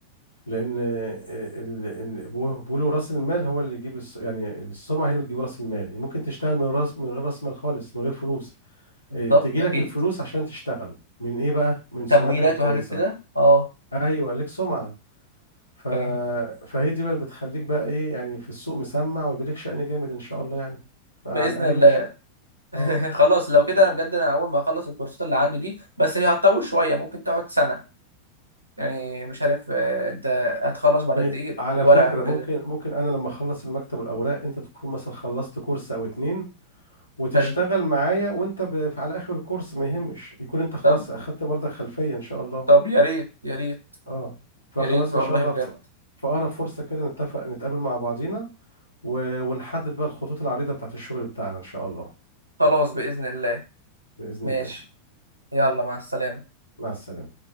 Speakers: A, on the left (about 85°); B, on the right (about 80°).
A: لان ال- ال- بيقولوا راس المال هو اللي يجيب الس... يعني السمعه هي اللي بتجيب راس المال ممكن تشتغل من راس من غير راس مال خالص من غير فلوس
B: بالضبط
A: إيه، تجي
B: أكيد
A: لك الفلوس عشان تشتغل من ايه بقى من سمعتك
B: تمويلات
A: الكويسه
B: وحاجات كده أه
A: ايوه ليك سمعه ف...
B: فاهم
A: فهي دي بقى اللي بتخليك بقى ايه يعني في السوق مسمع ويبقى لك شأن جامد ان شاء الله يعني فعن
B: بإذن
A: قريب
B: الله
A: ان شاء
B: <laughs>
A: اه
B: خلاص لو
A: انت
B: كده أنا بجد أنا أول ما أخلص الكورسات اللي عندي دي بس هي هتطول شوية ممكن تقعد سنة يعني مش عارف آه، أنت هتخلص بعد
A: ما-
B: قد إيه
A: على
B: ورقك
A: فكرة
B: وكده
A: ممكن ممكن انا لما اخلص المكتب والاوراق انت تكون مثلا خلصت كورس او اتنين وتشتغل
B: حلو
A: معايا وانت ب... على اخر الكورس ما يهمش يكون انت خلاص
B: طب
A: اخدت برضك خلفية ان شاء الله
B: طب يا ريت يا ريت
A: اه فخلاص
B: يا ريت والله
A: ان شاء الله
B: بجد
A: في في اقرب فرصة كده نتفق نتقابل مع بعضينا و... ونحدد بقى الخطوط العريضة بتاعت الشغل بتاعنا ان شاء الله
B: خلاص بإذن الله
A: بإذن
B: ماشي
A: الله
B: يلا مع السلامة
A: مع السلامة